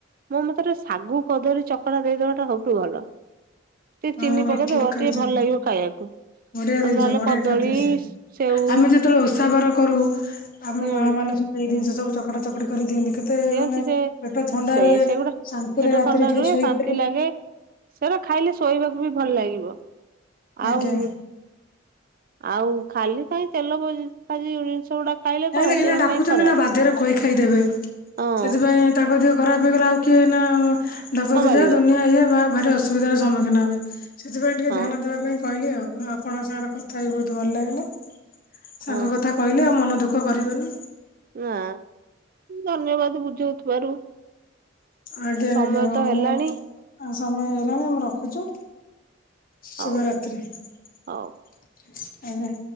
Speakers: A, on the right; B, on the left.
A: ମୋ ମତରେ ଶାଗୁ କଦଳୀ ଚକ ଟିକେ
B: ହଁ
A: ଚିନି ପକେଇଦବ
B: ଠିକ କହିଛନ୍ତି।
A: ଟିକେ ଭଲ ଲାଗିବ ଖାଇବାକୁ।
B: ବଢିଆ
A: ଆଉ
B: ଜିନିଷ
A: ନହେଲେ
B: ବଢିଆ
A: କଦଳୀ
B: ଖାଦ୍ୟ ସିଏ
A: ସେଉ
B: ଆମେ ଯେତେବେଳେ ଓଷା ବାର କରୁ ଆମ
A: ହୁଁ
B: ମା ମାନେ ସବୁ ଏଇ ଜିନିଷ ସବୁ ଚକଡା ଚକୋଡି କରିଦିଅନ୍ତି। କେତେ
A: ଦିଅନ୍ତି
B: ମାନେ
A: ସେ
B: ପେଟ ଥଣ୍ଡା
A: ସେଇ
B: ରୁହେ
A: ସେଗୁଡା
B: ଶାନ୍ତିରେ
A: ପେଟ
B: ରାତିରେ
A: ଥଣ୍ଡା
B: ଟିକେ
A: ରୁହେ
B: ଶୋଇପାରିବୁ।
A: ଶାନ୍ତି ଲାଗେ। ସେରା ଖାଇଲେ ଶୋଇବାକୁ ବି ଭଲ ଲାଗିବ
B: ଆଜ୍ଞା
A: ଆଉ ଆଉ ଖାଲି କାଇ ତେଲ ବାଜି ଜିନିଷ ଗୁଡା ଖାଇଲେ
B: ନାଇଁ
A: କଣ
B: ନାଇଁ ଏନା
A: ଦେହ
B: ଡାକୁଛନ୍ତି
A: ପାଇଁ ଖରାପ
B: ନା ବାଧ୍ୟରେ ଖୋଇ ଖାଇଦେବେ
A: ହଁ।
B: ସେଥିପାଇଁ ତାଙ୍କ ଦେହ ଖରାପ ହେଇଗଲେ ଆଉ କିଏ ନା ଡକୟତଯାଦୁନିଆ
A: ସମ୍ଭାଳିବ
B: ଇଏ ବା ଭାରି ଅସୁବିଧାର ସମ୍ମୁଖୀନ ହେବେ। ସେଥିପାଇଁ ଟିକେ
A: ହଁ
B: ଧ୍ୟାନ ଦେବା ପାଇଁ କହିଲି ଆଉ ଆପଣଙ୍କ ସାଙ୍ଗରେ କଥା ହେଇ ବହୁତ ଭଲ ଲାଗିଲା। ସାଙ୍ଗ
A: ହଁ
B: କଥା କହିଲେ ଆଉ ମନ ଦୁଃଖ କରିବନି।
A: ନା ଧନ୍ୟବାଦ ବୁଝଉଥିବାରୁ
B: ଆଜ୍ଞା
A: ସମୟ
B: ଆଜ୍ଞା ହଉ
A: ତ ହେଲାଣି
B: ମୁଁ ସମୟ ହେଇଲାଣି ଆମେ ରଖୁଛୁ। ଶୁଭରାତ୍ରି
A: ହଉ
B: ଆଜ୍ଞା।
A: ହଉ।